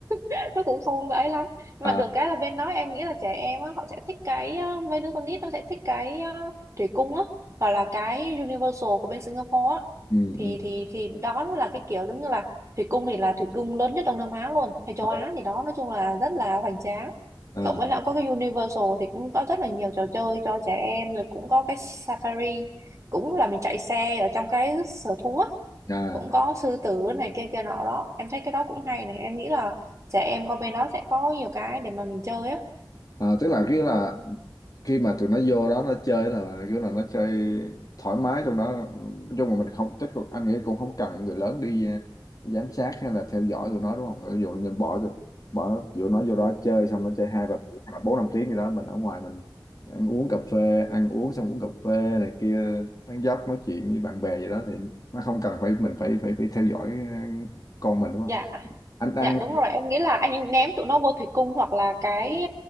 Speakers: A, on the right (about 40°); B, on the left (about 50°).
A: <laughs> nó cũng không ấy lắm nhưng
B: à
A: mà được cái là bên đó em nghĩ là trẻ em á họ sẽ thích cái ờ, mấy đứa con nít nó sẽ thích cái ờ, thủy cung á hoặc là cái Universal của bên Singapore á
B: ừ
A: thì
B: ừ
A: thì thì đó là cái kiểu giống như là thủy cung thì là thủy cung lớn nhất Đông Nam Á luôn hay châu
B: Ờ,
A: Á gì đó nói chung là rất là hoành tráng
B: ờ,
A: cộng với lại có cái Universal thì cũng có rất là nhiều trò chơi cho trẻ em rồi cũng có cái Safari cũng là mình chạy xe ở trong cái sở thú á
B: à,
A: cũng
B: à,
A: có sư tử này kia kia nọ đó em thấy cái đó cũng hay này em nghĩ là trẻ em qua bên đó sẽ có nhiều cái để mà mình chơi á
B: Ờ, tức là cái là khi mà tụi nó vô đó nó chơi là kiểu là nó chơi thoải mái trong đó trong mà mình không chắc cũng- anh nghĩ cũng không cần người lớn đi, ờ, giám sát hay là theo dõi tụi nó đúng không ví dụ như bỏ tụi- bỏ dụ nó vô đó chơi xong nó chơi hai ba tiếng hoặc là bốn năm tiếng gì đó mình ở ngoài mình ăn uống cà phê ăn uống xong uống cà phê này kia tán dóc nói chuyện với bạn bè gì đó thì nó không cần phải mình phải phải phải theo dõi ờ, con mình đúng không
A: dạ
B: anh đang
A: Dạ đúng rồi em nghĩ là anh ném tụi nó vô thủy cung hoặc là cái